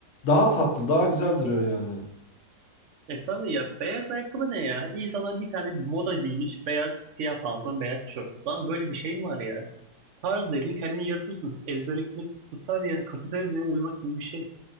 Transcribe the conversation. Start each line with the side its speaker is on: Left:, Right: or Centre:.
Left: daha tatlı, daha güzel duruyor yani.
Right: E tabii ya beyaz ayakkabı ne ya? İnsanlar bir tane moda bilmiş beyaz siyah pantolon beyaz tişört. Lan böyle bir şey mi var ya? Tarz dediğin kendini yaratırsın. Ezbere gitmek kutsal yani kapitalizme uymak gibi bir şey.